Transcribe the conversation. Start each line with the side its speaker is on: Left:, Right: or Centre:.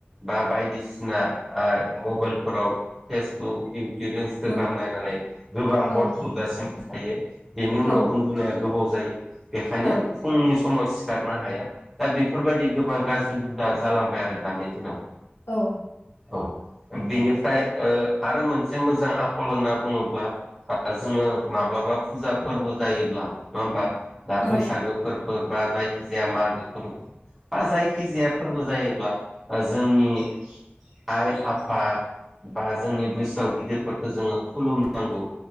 Centre: बा बायदिसिना ओ मबाइलफोराव फेसबुक इ इन्सटाग्राम
Left: मो
Centre: नायनानै गोबां
Left: औ
Centre: हर थौजासिम थायो बेनि उनाव
Left: औ
Centre: उन्दुनाया गोबाव जायो बेखायनो
Left: औ
Centre: फुंनि स समाव सिखारनो हाया दा बेफोरबायदि गोबां गाज्रि हुदा जालांबाय आरो दानि दिनाव
Left: औ
Centre: औ बेनिफ्राय ओ आरो मोनसे मोजां आखल होनना बुङोब्ला जोङो माब्लाबा फुजा फोरबो जायोब्ला नङा होमबा बा
Left: औ
Centre: बैसागो फोरबो बा जायखि जाया मागो फोरबो बा जायखिजाया फोरबो जायो जोंनि आइ आफा बा जोंनि बैसोआव गिदिरफोरखौ जोंङो खुलुमनांगौ